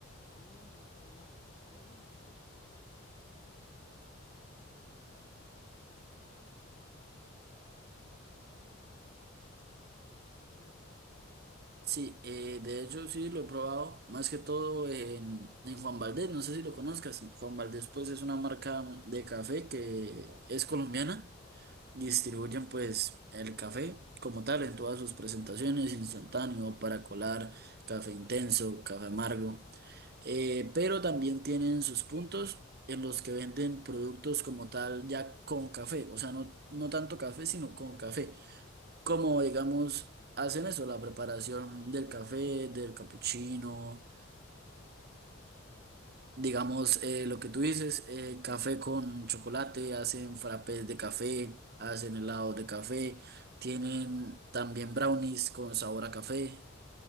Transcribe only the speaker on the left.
Y me gusta el latte, y hay uno que es con chocolate, no sé si es el mismo latte, porque hay uno que es latte que creo que es con leche, pero hay uno que hay un, hay un café que también le agregan chocolate sabroso, no sé si lo has probado.